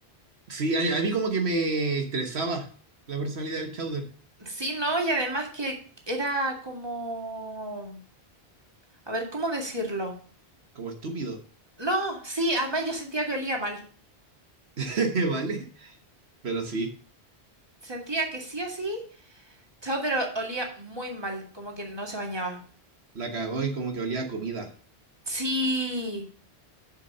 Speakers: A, on the right; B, on the right.
A: Sí, a, a mí como que me estresaba la personalidad del Chowder,
B: Sí, no, y además que era como... A ver, ¿cómo decirlo?
A: como estúpido,
B: No, sí, además yo sentía que olía mal.
A: <laughs> ¿vale? Pero sí,
B: Sentía que sí o sí. Chowder o- olía muy mal, como que no se bañaba.
A: la cagó y como que olía a comida.
B: Sí,